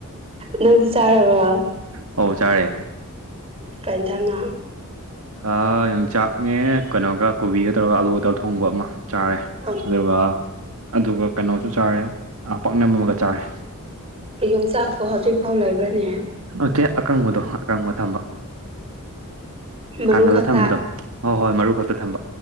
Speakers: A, on the right (about 25°); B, on the right (about 70°).
A: ꯅꯪꯗꯤ ꯆꯥꯔꯕ
B: ꯍꯧ ꯆꯥꯔꯦ
A: ꯀ ꯀꯥꯏꯅ ꯊꯪꯅ
B: ꯑ ꯌꯥꯝꯡ ꯆꯥꯛꯅꯦ ꯀꯩꯅꯣꯒ ꯀꯣꯕꯤꯒ ꯇꯧꯔꯒ ꯑꯂꯨꯒ ꯇꯧꯔꯒ ꯊꯣꯡꯕ ꯑꯃ ꯆꯥꯔꯦ
A: ꯑꯣ
B: ꯑꯗꯨꯒ ꯑꯗꯨꯒ ꯀꯩꯅꯣꯁꯨ ꯆꯥꯔꯦ ꯄꯥꯛꯅꯝ ꯑꯃꯒ ꯆꯥꯔꯦ
A: ꯌꯣꯡꯆꯥꯛꯀꯣ ꯍꯧꯖꯤꯛ ꯐꯥꯎ ꯂꯩꯕ꯭ꯔꯅꯦ
B: ꯑꯣꯆꯦ ꯑꯀꯪꯕꯗꯣ ꯑꯀꯪꯕ ꯊꯝꯕ ꯀ
A: ꯃꯔꯨ
B: ꯀꯥꯡꯍꯜꯂ
A: ꯈꯛꯇ
B: ꯊꯝꯕꯗꯣ ꯍꯣꯏ ꯍꯣꯏ ꯃꯔꯨ ꯈꯛꯇ ꯊꯝꯕ